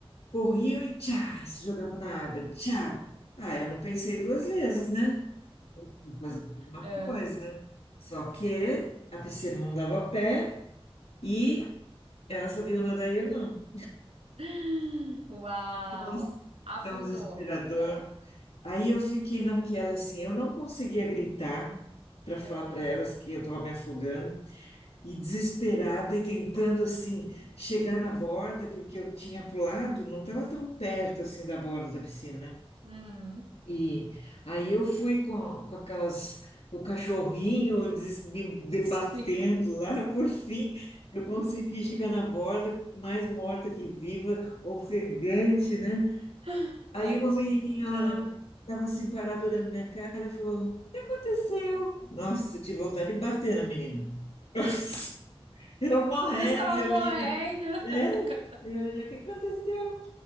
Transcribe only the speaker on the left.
corriam e tchá, se jogavam na água, tchá. Ah, eu não pensei duas vezes, né? Vou fazer a
mesma coisa. Só que a piscina não dava pé e ela sabia nadar e eu não.
Nossa,
tão desesperador.
Aí eu fiquei naquela assim, eu não conseguia gritar para falar
para elas que eu estava me afogando e desesperada e tentando assim chegar na borda porque eu tinha pulado, não estava tão perto assim da borda da piscina, né?
E aí eu fui com, com aquelas, o cachorrinho des- me debatendo
lá, <laughs> por fim eu consegui chegar na borda, mais morta que viva, ofegante, né?
Aí
uma menininha lá
na, tava assim parada olhando minha cara e falou: O que aconteceu? Nossa, eu tive vontade de bater na menina. <laughs> Eu morrendo,
e a
menina,
né? E a menina, o que aconteceu?